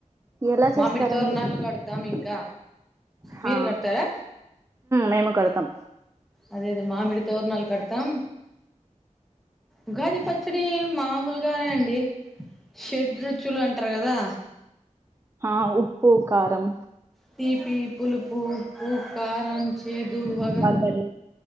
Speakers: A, on the right; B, in the centre.
A: ఎలా చేస్తారండి
B: మామిడి తోరనాళ్ళు కడతాం ఇంకా
A: హా
B: మీరు కడతారా
A: మేము కడతాం
B: అదే అదే మామిడితోవనాలు కడతాం ఉగాది పచ్చడి మామూలుగా కానీ అండి షెడ్ రుచులు అంటారు కదా
A: ఆ ఉప్పు కఖారం
B: తీపి పులుపు ఉప్పు కారం చె చేదు వగర
A: వగరు